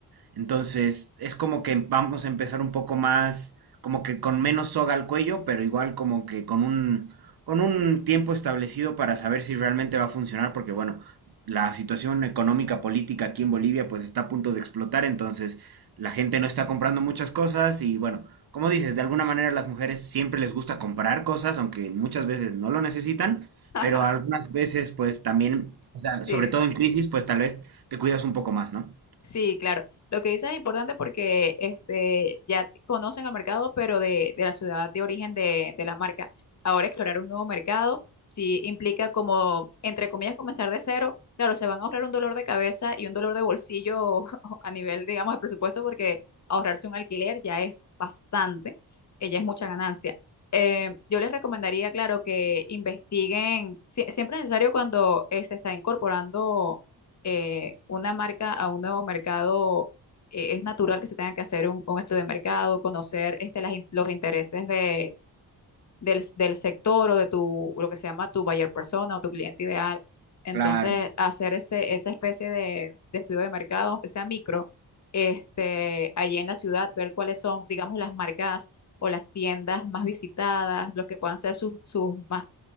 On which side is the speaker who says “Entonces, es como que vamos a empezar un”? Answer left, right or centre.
Right